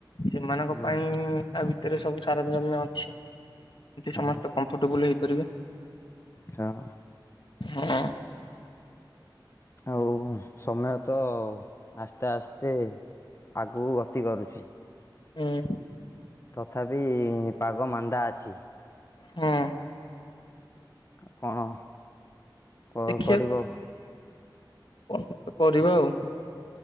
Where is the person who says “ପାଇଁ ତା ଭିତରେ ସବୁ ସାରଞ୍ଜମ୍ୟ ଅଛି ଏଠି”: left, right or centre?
Left